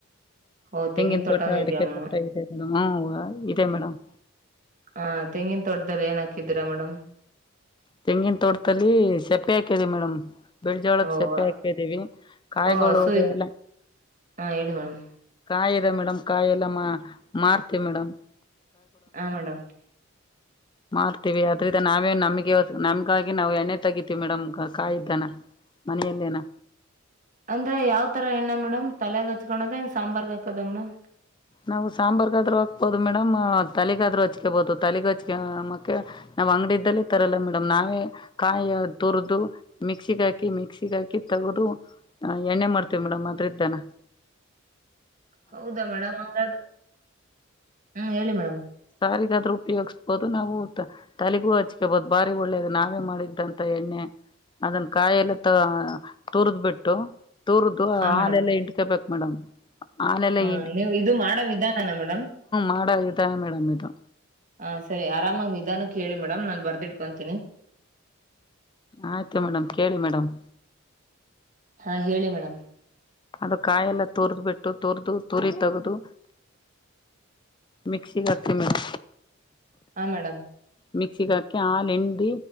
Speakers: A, on the right; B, on the left.
A: ಓ
B: ತೆಂಗಿನ
A: ತೋಟನೂ
B: ತೋಟ
A: ಇದೆಯಾ
B: ಅಡಿಕೆ
A: ಮೇಡಮ್
B: ತೋಟ ಇದೆ ಮೇಡಮ್ ಹ ಇದೆ ಮೇಡಮ್
A: ಹ ತೆಂಗಿನ ತೊಟ್ದದಲ್ಲಿ ಏನ್ ಹಾಕಿದ್ದೀರಾ ಮೇಡಮ್
B: ತೆಂಗಿನ ತೋಟಲ್ಲಿ ಸೆಪ್ಪೆ ಹಾಕಿದೆ ಮೇಡಮ್ ಬಿಳಜೋಳದ
A: ಓಹ್
B: ಸಪ್ಪೆ ಹಾಕಿದೀವಿ ಕಾಯಿಗಳು
A: ಓಹ್ ಹಸು ಇದ್
B: ಎಲ್ಲ
A: ಹ ಹೇಳಿ ಮೇಡಮ್
B: ಕಾಯದ ಮೇಡಂ್ ಕಾಯೆಲ್ಲ ಮಾ ಮಾರ್ತಿ ಮೇಡಮ್
A: ಹ ಮೇಡಮ್
B: ಮಾಡ್ತೀವಿ ಅದ್ರಿಂದ ನಾವೇ ನಮ್ಗೆ ನಮ್ಗಾಗಿ ನಾವು ಎಣ್ಣೆ ತಗತಿೀವಿ ಮೇಡಮ್ ಕಾಯ್ದನ ಮನೆಯಲ್ಲೇನ
A: ಅಂದ್ರೆ ಯಾವ್ ತರ ಎಣ್ಣ ಮೇಡಮ್ ತಲೆಯ ಹಚ್ಕೋದ ಸಾಂಬಾರ್ಗ ಹಾಕದ ಮೇಡಮ್
B: ನಾವು ಸಾಂಬಾರ್ುಗಾದ್ರರು ಹಾಕ್ಬೋದು ಮೇಡಮ್ ತಲೆಗಾದ್ರರು ಹಚ್ಕೊಬೋದು ತಲೆಗೆ ಹಚ್ಕ ಮಕ್ಕೆೆ ನಾವ್ ಅಂಗಡ್ದಲೇ ತರಲ್ಲ ಮೇಡಮ್ ನಾವೇ ಕಾಯ ತುರದುು ಮಿಕ್ಸಿಗ್ ಹಾಕಿ ಮಿಕ್ಸಿಗ ಹಾಕಿ ತಗದು ಎಣ್ಣೆ ಮಾಡ್ತೇವಿ ಮೇಡಮ್ ಅದ್ರ ಇದ್ದಾನ
A: ಹೌದಾ ಮೇಡಮ್ ಹಂಗಾದ್ರ ಹ್ಮ್ ಹೇಳಿ ಮೇಡಮ್
B: ಸಾರಿಗಾದ್ರ ಉಪಯೋಗಿಸ್ಬೋದು ನಾ ಊದ ತಲೆಗೂ ಹಚ್ಿಕೆ ಬಹದ ಬಾರಿ ಒಳ್ಳೇದು ನಾವೇ ಮಾಡಿದ್ದಂತ ಎಣ್ಣೆ ಅದನ್ ಕಾಯಿಲ್ಲ ತ ತುರ್ದ್ ಬಿಟ್ಟು ತೂರದ್ದು
A: ಹಾ ಮೇಡಮ್
B: ಆನೆಲ್ಲ ಇಂಡಟ್ಕಬೇಕಕ್ ಮೇಡಮ್ ಆನೆಲ್ಲ
A: ಹ
B: ಇ
A: ನೀವು ಇದು ಮಾಡೋ ವಿಧಾನಾನ ಮೇಡಮ್
B: ಮಾಡೋ ವಿಧಾನ ಮೇಡಮ್ ಇದು
A: ಹ ಸರಿ ಆರಾಮಾಗಿ ನಿಧಾನ ಕೇಳಿ ಮೇಡಮ್ ನಾನು ಬರ್ದಿಟ್ಕೊಂತೀನಿ
B: ಆಯ್ತು ಮೇಡಮ್ ಕೇಳಿ ಮೇಡಮ್
A: ಹಾ ಹೇಳಿ ಮೇಡಮ್
B: ಅದು ಕಾಯೆಲ್ಲ ತೋರ್ದ್ ಬಿಟ್ಟು ತೋರ್ದು ತುರಿ ತಗದು ಮಿಕ್ಸಿ ಕತಿ ಮಲೆ
A: ಹಾ ಮೇಡಮ್
B: ಮಿಕ್ಸಿಿಗೆ ಹಾಕಿ ಹಾಲ ಎಂಡಿ